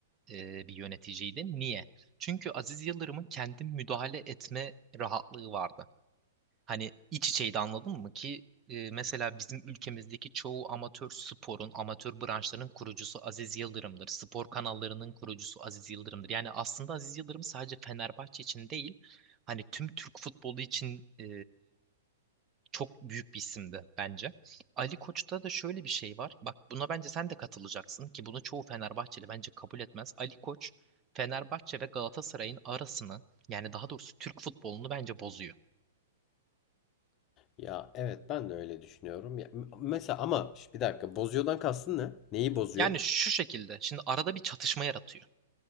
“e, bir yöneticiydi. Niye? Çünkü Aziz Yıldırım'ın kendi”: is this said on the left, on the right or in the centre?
Right